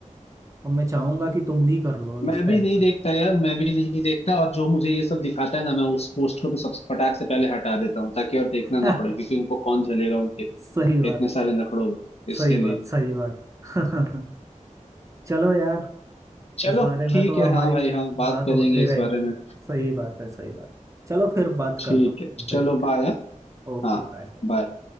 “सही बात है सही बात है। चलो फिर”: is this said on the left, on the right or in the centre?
Right